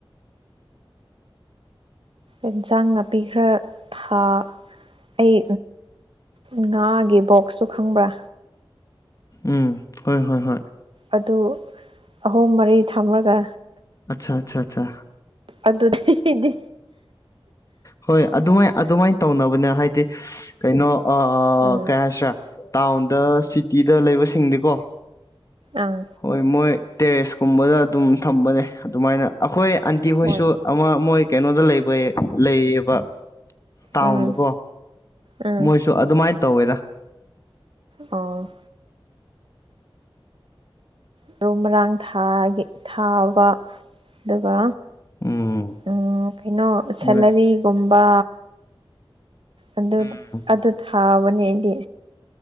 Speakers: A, on the right (about 65°); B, on the left (about 35°).
A: ꯏꯟꯁꯥꯡ ꯅꯥꯄꯤꯈꯔ ꯊꯥ ꯑꯩ ꯉꯥꯒꯤ ꯕꯣꯛꯁꯁꯨ ꯈꯪꯕ꯭ꯔꯥ
B: ꯎꯝ ꯍꯣꯏ ꯍꯣꯏ ꯍꯣꯏ
A: ꯑꯗꯨ ꯑꯍꯨꯝ ꯃꯔꯤ ꯊꯝꯂꯒ
B: ꯑꯆꯥ ꯑꯆꯥ ꯑꯆꯥ
A: ꯑꯗꯨꯗꯤꯗꯤ
B: ꯍꯣꯏ ꯑꯗꯨꯃꯥꯏ ꯑꯗꯨꯃꯥꯏꯅ ꯇꯧꯅꯕꯅꯦ ꯍꯥꯏꯗꯤ ꯀꯩꯅꯣ
A: ꯎꯝ
B: ꯀꯩ ꯍꯥꯏꯁꯔꯥ ꯇꯥꯎꯟꯗ ꯁꯤꯇꯤꯗ ꯂꯩꯕꯁꯤꯡꯗꯤꯀꯣ
A: ꯑꯥ
B: ꯍꯣꯏ ꯃꯣꯏ ꯇꯦꯔꯦꯁꯀꯨꯝꯕꯗ ꯑꯗꯨꯝ ꯊꯝꯕꯅꯦ ꯑꯗꯨꯃꯥꯏꯅ ꯑꯩꯈꯣꯏ ꯑꯟꯇꯤ ꯈꯣꯏꯁꯨ
A: ꯍꯣꯏ
B: ꯑꯃ ꯃꯣꯏ ꯀꯩꯅꯣꯗ ꯂꯩꯕ ꯂꯩꯌꯦꯕ ꯇꯥꯎꯟꯗꯀꯣ
A: ꯎꯝ ꯎꯝ
B: ꯃꯣꯏꯁꯨ ꯑꯗꯨꯃꯥꯏꯅ ꯇꯧꯋꯦꯗ
A: ꯑꯣ ꯃꯔꯨ ꯃꯔꯥꯡ ꯊꯥ ꯊꯥꯕ ꯑꯗꯨꯒ
B: ꯎꯝ
A: ꯑꯝ ꯀꯩꯅꯣ ꯁꯦꯂꯔꯤꯒꯨꯝꯕ
B: ꯍꯣꯏ
A: ꯑꯗꯨ
B: ꯎꯝ
A: ꯑꯗꯨ ꯊꯥꯕꯅꯦꯗꯤ